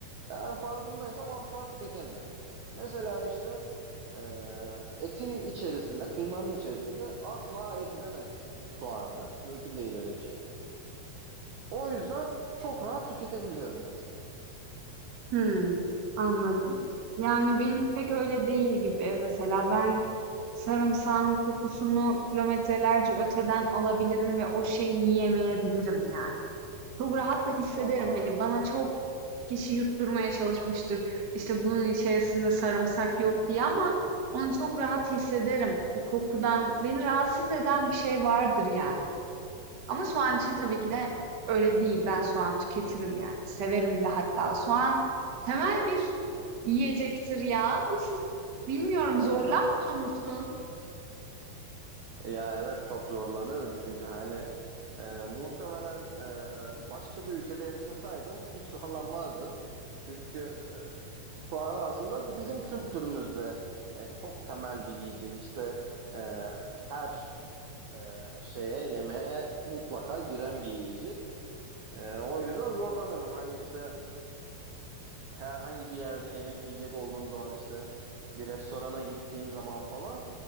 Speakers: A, on the right; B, on the right.
A: eğer farkındaysam asla tüketemiyorum. Mesela işte e, etin içerisinde, kıymanın içerisinde asla ayırt edemezsin soğanı. Mümkün değil öyle bir şey. O yüzden çok rahat tüketebiliyorum mesela.
B: Hımm, anladım. Yani, benim pek öyle değil gibi. Mesela ben sarımsağın kokusunu kilometrelerce öteden alabilirim ve o şeyi yiyemeyebilirim yani. Çok rahat da hissederim.
A: Aa,
B: Hani, bana çok kişi yutturmaya çalışmıştır, işte, bunun içerisinde sarımsak yok diye ama onu çok rahat hissederim. O kokudan beni rahatsız eden bir şey vardır yani. Ama soğan için
A: hmm.
B: tabii ki de öyle değil. Ben soğan tüketirim yani. Severim de hatta. Soğan temel bir yiyecektir ya. Nasıl bilmiyorum zorlanmıyor
A: <laughs>
B: musun?
A: Ya evet çok zorlanıyorum çünkü hani e, muhtemelen e, başka bir ülkede yaşasaydım hiç zorlanmazdım. Çünkü e, soğan aslında bizim kültürümüzde e, çok temel bir yiyecek. İşte e, her e, şeye yemeğe mutlaka giren bir yiyecek. E, o yüzden zorlanıyorum. Hani işte herhangi bir yerde yemek yiyecek olduğum zaman işte bir restorana gittiğim zaman falan